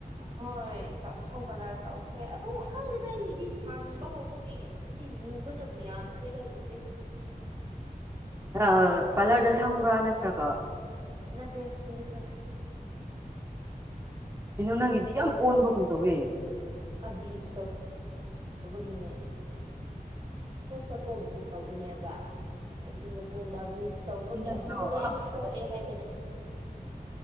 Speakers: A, on the right (about 35°); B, on the right (about 20°).
A: ꯍꯣꯏ ꯁꯝꯀꯂꯥꯔ ꯇꯧꯈ꯭ꯔꯦ ꯑꯗꯣ ꯑꯈꯪꯗꯗ ꯑꯩꯒꯤꯗꯤ ꯁꯥꯡꯕ ꯍꯧꯕꯒꯤ ꯑꯁꯤ ꯃꯨꯕꯅꯕꯨ ꯌꯥꯝꯈ꯭ꯔꯦꯗ ꯍꯧꯖꯤꯛꯇꯤ
B: ꯑ ꯄꯥꯔꯂꯔꯗ ꯁꯪꯕ꯭ꯔꯥ ꯅꯠꯇ꯭ꯔꯒ
A: ꯅꯠꯇꯦ ꯍ ꯁꯒꯦꯟ
B: ꯀꯩꯅꯣ ꯅꯪꯒꯤꯗꯤ ꯌꯥꯝ ꯑꯣꯟꯕꯒꯨꯝ ꯇꯧꯋꯦ
A: ꯕ꯭ꯂꯤꯆ ꯇꯧ ꯇꯧꯕꯒꯤꯅꯦ ꯐꯥꯔꯁꯇ ꯀꯣꯕꯔꯤ ꯇꯧꯕꯅꯦꯕ ꯑꯗꯨ ꯃꯇꯨꯡꯗ ꯕ꯭ ꯇꯧꯕꯒꯤ
B: ꯁꯤ ꯅꯪꯒꯤꯗꯣ
A: ꯑꯁꯝꯗꯣ
B: ꯑꯥ
A: ꯌꯥꯝ
B: ꯀꯩꯅꯣꯗ
A: ꯁꯣꯛꯑꯦ ꯍꯥꯏꯕꯅꯦ